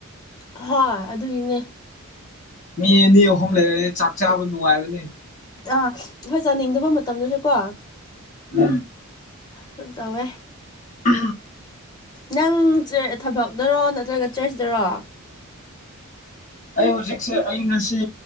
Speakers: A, on the left; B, on the left.
A: ꯍꯣꯏ ꯑꯗꯨꯒꯤꯅꯦ
B: ꯃꯤ ꯑꯅꯤ ꯑꯍꯨꯝ ꯂꯩꯔꯗꯤ ꯆꯥꯛ ꯆꯥꯕ ꯅꯨꯡꯉꯥꯏꯕꯅꯤ
A: ꯑꯥ ꯍꯣꯏ ꯆꯥꯅꯤꯡꯗꯕ ꯃꯇꯝꯗꯨꯁꯨ ꯀꯣ
B: ꯎꯝ
A: ꯁꯝ ꯇꯋꯦ
B: ꯑ
A: ꯅꯪ ꯊꯕꯛꯅꯔꯣ ꯅꯠꯇ꯭ꯔꯒ ꯆ꯭ꯔꯦꯁꯤꯗꯔꯣ
B: ꯑꯩ ꯍꯧꯖꯤꯛꯁꯦ ꯑꯩ ꯉꯁꯤ